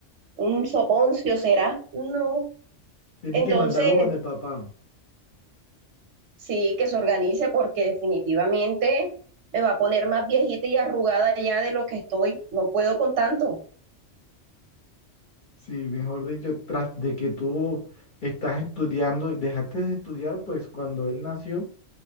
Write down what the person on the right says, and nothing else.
un soponcio será. No.
Entonces,
Sí, que se organice porque definitivamente me va a poner más viejita y arrugada ya de lo que estoy. No puedo con tanto.